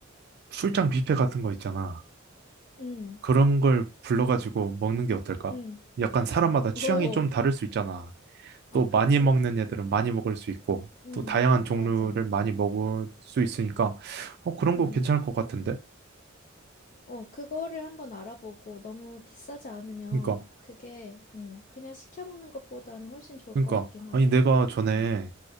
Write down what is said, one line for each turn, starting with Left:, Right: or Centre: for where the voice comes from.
Right: 출장 뷔페 같은 거 있잖아.
Left: 응,
Right: 그런 걸 불러가지고 먹는 게 어떨까?
Left: 응.
Right: 약간 사람마다 취향이
Left: <laughs> 오,
Right: 좀 다를 수 있잖아.
Left: 어,
Right: 또
Left: 그치.
Right: 많이 먹는 애들은 많이 먹을 수 있고,
Left: 응,
Right: 또 다양한 종류를
Left: 맞아.
Right: 많이 먹을 수 있으니까, 어, 그런
Left: 응,
Right: 거 괜찮을 것 같은데?
Left: 어, 그거를 한번 알아보고 너무 비싸지 않으면
Right: 그러니까,
Left: 그게, 응 그냥 시켜 먹는 것보다는 훨씬 좋을
Right: 그러니까,
Left: 것 같긴 하다.
Right: 아니, 내가 전에
Left: 응,